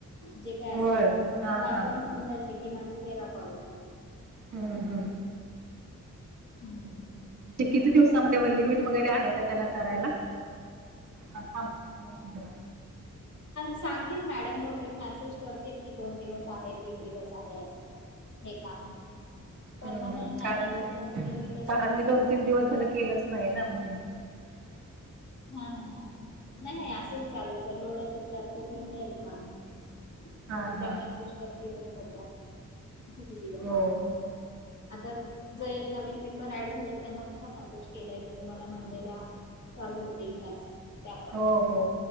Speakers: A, on the left (about 70°); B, on the right (about 65°).
A: जे काय
B: होय
A: असेल ते
B: हा
A: मग
B: हा
A: आपल्या
B: हा
A: समजायचे की माझे तेरा कॉलस
B: हम्म हम्म
A: हम्म
B: ते किती दिवसामध्ये व लिमिट वगैरे आहे का त्याला करायला <inaudible> दोन मिनिटं थांब
A: सांगतील मॅडम बहुतेक मेसेज करतील की दोन दिवस आहे तीन दिवस आहे असं हे काम परमनंट
B: हम्मम्
A: नाही
B: कारण
A: ना असं त्यांचं लिमिटेशन
B: कारण
A: असतं
B: मी दोन तीन दिवस झालं केलंच नाही ना म्हणून <unintelligible> <inaudible>
A: हा हा ह
B: हम्म.
A: नाही नाही असेल चालू जर लोड असेल जास्त तर मिळेल काम नाही
B: हां
A: तर
B: हां
A: त्या मेसेज करतीलच तसं किती दिवस
B: हो
A: आहे म्हणून आता ज नवीन मेंबर ऍड झाले त्यांना कसा मेसेज केलाय की तुम्हाला मंडेला चालू होतील टास्क त्याप्रमाणे
B: हो हो